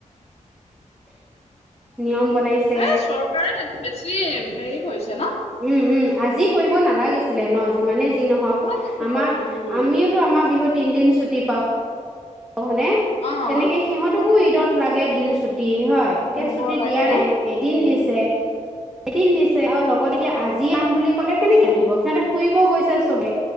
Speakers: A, in the centre; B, on the left.
A: <unintelligible> নিয়ম বনাইছে
B: এ চৰকাৰে এইটো বে ছি হেৰি কৰিছে ন?
A: উম উম আজি কৰিব নালাগিছিলে ন। যিমানে যি নহওক
B: নালাগিছিলে
A: আমাৰ
B: উম,
A: আমিওো আমাৰ বিহুত তিনিদিন ছুটি পাওঁ হনে
B: অ',
A: তেনেকে সিহঁতকো দিনত লাগে ড্ৰিন চুটি ছুটি হয় এতিয়া
B: দিব
A: ছুটি
B: লাগে
A: দিয়া নাই
B: উম,
A: এদিন দিছে এদিন দিছে আৰু লগত এতিয়া আজি আহ বুলি ক'লে কেনেকে আহিব সিহঁতে ফুৰিব গৈছে চবে।